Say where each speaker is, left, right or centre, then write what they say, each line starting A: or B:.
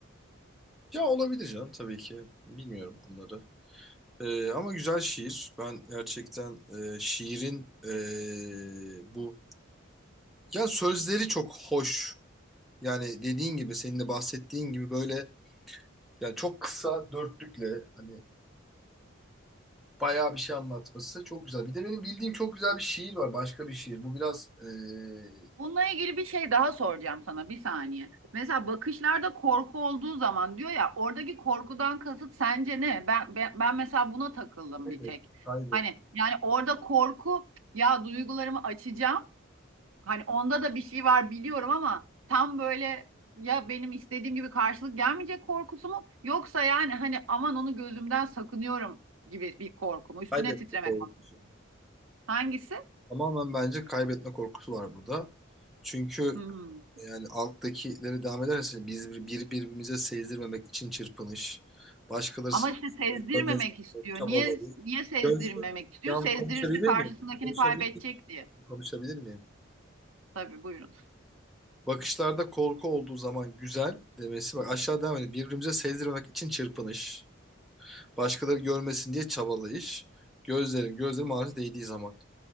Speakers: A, in the centre; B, on the right.
A: Ya olabilir canım tabii ki. Bilmiyorum onları. Ee, ama güzel şiir. Ben gerçekten e, şiirin e, bu ya sözleri çok hoş. Yani dediğin gibi senin de bahsettiğin gibi böyle yani çok kısa dörtlükle hani bayağı bir şey anlatması. Çok güzel. Bir de benim bildiğim çok güzel bir şiir var. Başka bir şiir. Bu biraz eee
B: Bununla ilgili bir şey daha soracağım sana bir saniye. Mesela bakışlarda korku olduğu zaman diyor ya oradaki korkudan kasıt sence ne? Ben, ben, ben mesela buna takıldım
A: kaybet,
B: bir tek.
A: kaybet,
B: Hani yani orada korku ya duygularımı açacağım. Hani onda da bir şey var biliyorum ama tam böyle ya benim istediğim gibi karşılık gelmeyecek korkusu mu yoksa yani hani aman onu gözümden sakınıyorum gibi bir korku mu? Üstüne
A: kaybetme
B: titremek
A: korkusu.
B: mi? hangisi?
A: Tamamen bence kaybetme korkusu var burada. Çünkü
B: Hmm.
A: yani alttakileri devam ederse biz bir, bir- birbirimize sezdirmemek için çırpınış, başkaları
B: Ama işte sezdirmemek
A: görmesin
B: istiyor.
A: çabaları.
B: Niye niye sezdirmemek
A: Gözde,
B: istiyor?
A: yalnız
B: Sezdirirse
A: konuşabilir
B: karşısındakini
A: miyim? Konuşabilir
B: kaybedecek
A: miyim?
B: diye.
A: Konuşabilir miyim?
B: Tabii buyurun.
A: Bakışlarda korku olduğu zaman güzel demesi. Bak aşağı devam ediyor. Birbirimize sezdirmek için çırpınış. Başkaları görmesin diye çabalayış. Gözlerin gözlerin ağzı değdiği zaman.